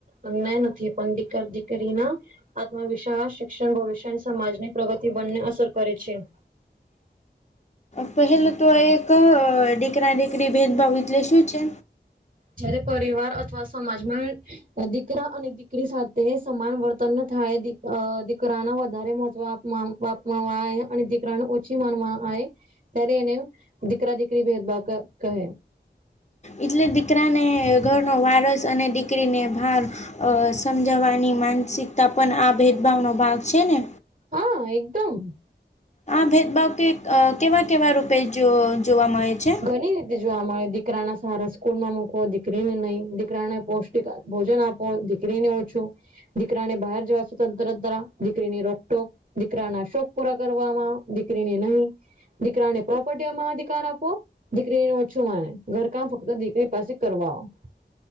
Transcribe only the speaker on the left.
પહેલું તો એક દીકરા દીકરી ભેદભાવ એટલે શું છે?
એટલે દીકરાને ઘરનો વારસ અને દીકરીને ભાર સમજાવવાની માનસિકતા પણ આ ભેદભાવ નો ભાગ છે ને
આ ભેદભાવ કેવા કેવા રૂપે જોવા મળે છે?